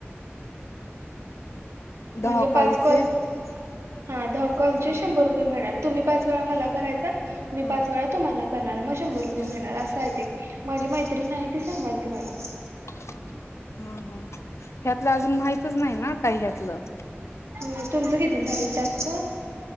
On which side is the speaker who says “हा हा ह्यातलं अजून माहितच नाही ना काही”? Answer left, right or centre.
Left